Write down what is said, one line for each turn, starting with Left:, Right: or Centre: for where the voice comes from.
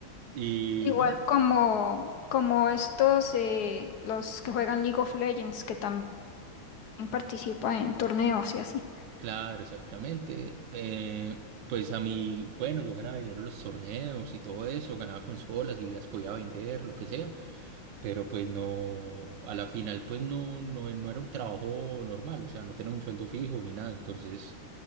Right: Y
Left: Igual
Right: no,
Left: como, como estos, eh, los que juegan League of Legends, que también participan en torneos y así.
Right: claro, exactamente. eh, pues a mí, bueno, yo ganaba dinero en los torneos y todo eso, ganaba consolas y las podía vender, lo que sea. pero pues no, a la final pues no, no, no era un trabajo normal, o sea, no tenía un sueldo fijo ni nada, entonces